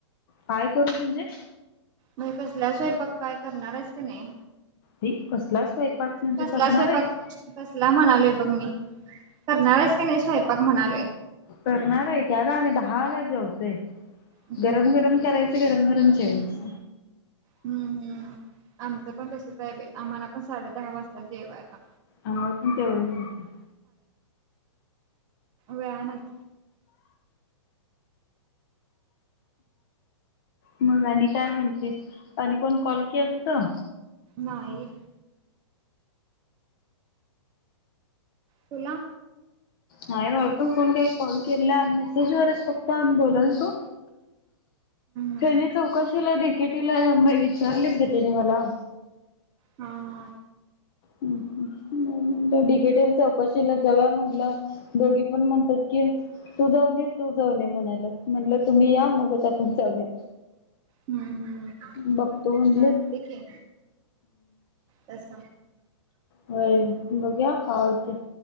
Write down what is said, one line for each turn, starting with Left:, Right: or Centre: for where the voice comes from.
Left: काय करू म्हणजे?
Right: म्हग कसला स्वयंपाक काय करणारेस की नाही?
Left: हे कसला स्वयंपाक म्हणजे
Right: कसला
Left: करणारे
Right: स्वयंपाक
Left: की.
Right: कसला म्हणालोय मी करणारेस कि नाही स्वयंपाक म्हणालोय.
Left: करणार आहे की आग आम्ही दहा ला जेवतोय
Right: हम्म
Left: गरम गरम करायच गरम गरम जेवायच
Right: हम्म हम्म आमचं पण तसंच आहे बाई. आम्हाला पण साडे दहा वाजता जेवायला.
Left: आम्हाला पण तेवढंच वाजते.
Right: व्हॅनेयत.
Left: मग आणि काय म्हणतेस आणि कोण कॉल केलतं?
Right: नाही. तुला
Left: नाही बा कोण काही कॉल केला मेसेजवरच फक्त आम्ही बोललतो.
Right: हम्म
Left: फेली चौकशीला दी केटीला म विचारलेत ग त्याने मला.
Right: हा हा
Left: हम्म हम्म नाही. डिकेटेल चौकशीला जाऊ या म्हणलं, दोघी पण म्हणतात की तू जाऊन ये तू जाऊ ये म्हणायलं म्हटलं तुम्ही या मगच आपण जाऊया.
Right: हम्म हम्म
Left: बघतो म्हणलेत
Right: चालते की तस.
Left: व्हय बघूया काय होतय.